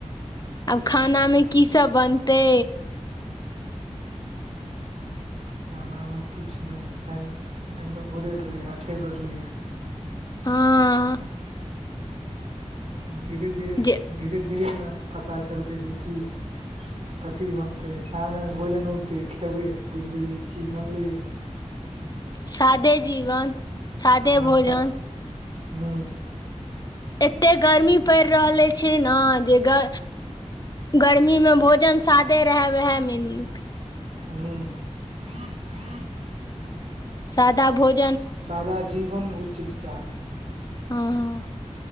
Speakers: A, on the left (about 35°); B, on the right (about 65°).
A: आब खाना मे की सब बनतै।
B: खाना में किछु नहि एखन एखन तऽ भोरे भेलै ये आठे बज लै ये।
A: हाँ।
B: धीरे धीरे
A: जे
B: धीरे धीरे ने पता चलतै जे की। कथी बनतै सामने भोजन औते खेबै बुझबे ई चीज बनले ये।
A: सादे जीवन। सादे
B: हाँ
A: भोजन
B: स हूँ।
A: एते गर्मी पड़ि रहलै छै ने जे ग। गर्मी मे भोजन सादे रहे वएहे मे नीक।
B: हूं। ही ह <inaudible>
A: सादा भोज।
B: सादा जीवन उच्च विचार।।
A: हँ